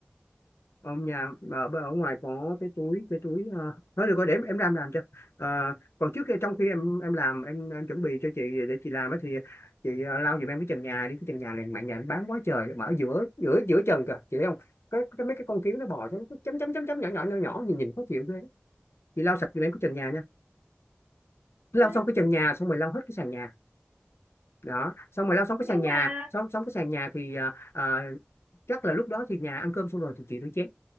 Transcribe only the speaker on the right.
ừ,
nhưng
mà